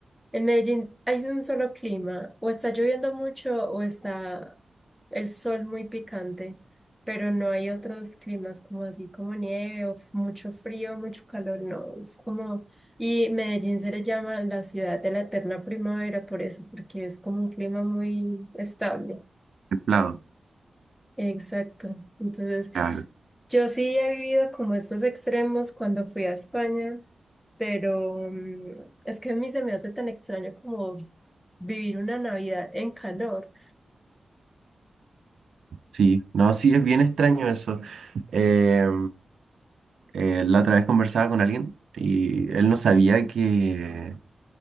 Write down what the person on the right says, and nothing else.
Templado.
Claro.
Sí, no, sí, es bien extraño eso. Eh, eh, la otra vez conversaba con alguien y él no sabía que